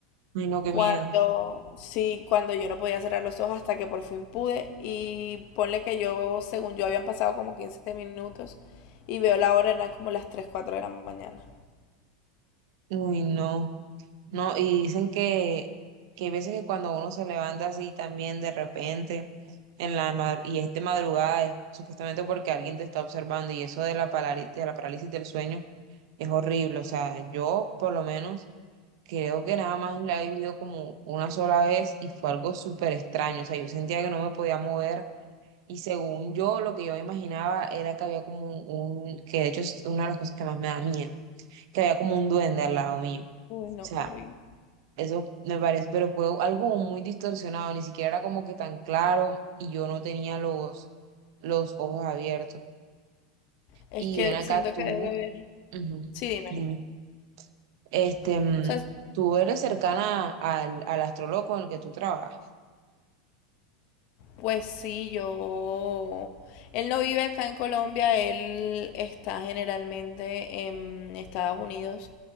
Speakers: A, on the right; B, on the left.
A: Ay, no, qué
B: Cuando,
A: miedo.
B: sí, cuando yo no podía cerrar los ojos hasta que por fin pude. Y ponle que yo, según yo, habían pasado como 15 minutos y veo la hora, eran como las 3 4 de la mañana.
A: Uy, no. No, y dicen que, que hay veces que cuando uno se levanta así también de repente en la madru- y es de madrugada es supuestamente porque alguien te está observando y eso de la parali- de la parálisis del sueño es horrible. O sea, yo por lo menos creo que nada más la he vivido como una sola vez y fue algo súper extraño. O sea, yo sentía que no me podía mover y según yo lo que yo me imaginaba era que había como un, que de hecho es una de las cosas que más me da miedo, que había como un duende al lado mío. O
B: Uy, no,
A: sea,
B: corrí.
A: eso me parece, pero fue algo como muy distorsionado, ni siquiera era como que tan claro y yo no tenía los, los ojos abiertos.
B: Es
A: Y
B: que
A: ven acá
B: siento
A: tú,
B: que debe haber.
A: ujú,
B: Sí, dime.
A: dime, este,
B: O
A: mm,
B: sea,
A: tú eres cercana al, al astrólogo con el que tú trabajas.
B: Pues sí, yo... Él no vive acá en Colombia, él está generalmente en Estados Unidos,